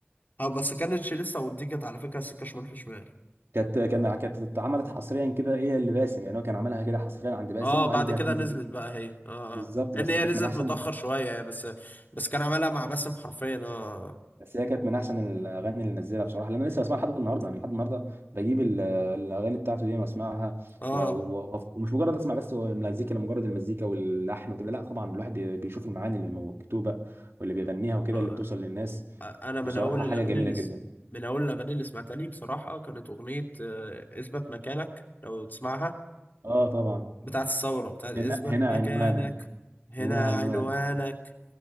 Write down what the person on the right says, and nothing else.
كانت كان كانت اتعملت حصريا كده ايه اللي باسم يعني هو كان عملها كده حصريا عند باسم
وقال
دي
هتنزل
لسه
بالظبط
بس
كانت
من احسن
بس هي كانت من احسن الاغاني اللي نزلها بصراحه لان انا لسه بسمعها لحد النهارده انا لحد النهارده بجيب ال- الاغاني بتاعته دي واسمعها
و- و- ومش مجرد اسمع بس هو المزيكا لمجرد المزيكا واللحن وكده لا طبعا الواحد بي- بيشوف المعاني اللي مكتوبه واللي بيغنيها وكده
اللي بتوصل للناس
بصراحه
حاجه
جميله
جدا
اه طبعا
هنا هنا
عنوانك
هنا عنوانك